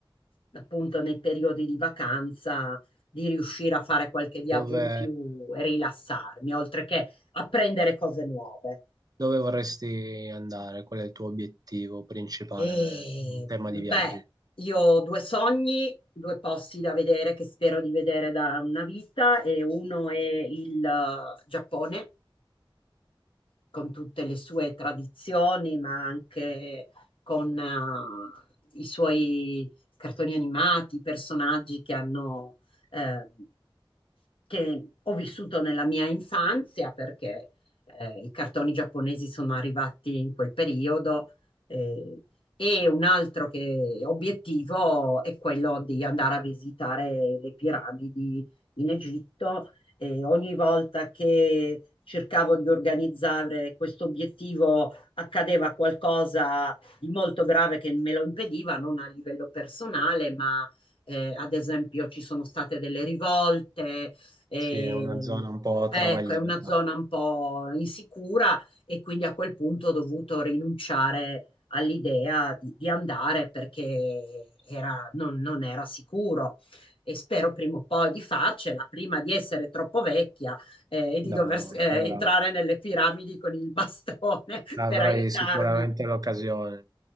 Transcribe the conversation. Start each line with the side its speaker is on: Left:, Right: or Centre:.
Left: appunto, nei periodi di vacanza di riuscire a fare qualche viaggio
Right: Dove,
Left: in più e rilassarmi, oltre che apprendere cose nuove.
Right: dove vorresti andare? Qual è il tuo obiettivo principale
Left: E
Right: in tema
Left: beh,
Right: di viaggi?
Left: io ho due sogni, due posti da vedere che spero di vedere da una vita e uno è il eh, Giappone con tutte le sue tradizioni, ma anche con eh, i suoi cartoni animati, personaggi che hanno ehm, che ho vissuto nella mia infanzia perché eh, i cartoni giapponesi sono arrivati in quel periodo eh, e un altro che- obiettivo è quello di andare a visitare le piramidi in Egitto e ogni volta che cercavo di organizzare questo obiettivo accadeva qualcosa di molto grave che me lo impediva, non a livello personale, ma eh, ad esempio ci sono state delle rivolte, e,
Right: Sì, è una zona un po'
Left: ecco,
Right: travagliata.
Left: è una zona un po' insicura e quindi a quel punto ho dovuto rinunciare all'idea di, di andare perché era- non, non era sicuro. E spero prima o poi di farcela, prima di essere troppo vecchia eh, e di
Right: No,
Left: dover eh,
Right: avrà-
Left: entrare nelle piramidi con il bastone <laughs>
Right: avrai
Left: per aiutarmi.
Right: sicuramente l'occasione.